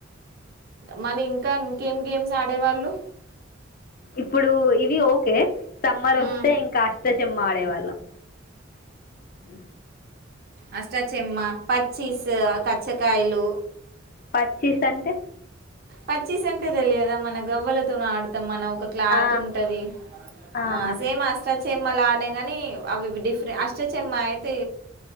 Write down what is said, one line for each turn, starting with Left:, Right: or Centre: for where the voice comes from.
Right: మళ ఇంకా ఇంకేం గేమ్స్ ఆడేవాళ్ళు
Left: ఇప్పుడు ఇవి ఓకే సమ్మర్
Right: మ్మ్
Left: వస్తే ఇంకా అష్టషమ్మ ఆడేవాళ్ళం అ
Right: అష్టా చెమ్మ పచ్చీస్ కచ్చకాయలు
Left: పచ్చిస్ అంటే
Right: పచ్చిస్ సంటే తెలియదా మన గవ్వలతో ఆడుతాం మన ఒక ఒక క్లాత్
Left: ఆ,
Right: ఉంటది
Left: ఆహా.
Right: ఆ సేమ్ అష్ట చమ్న కానీ అవి డిఫరెంట్ అష్ట చెమ్మ అయితే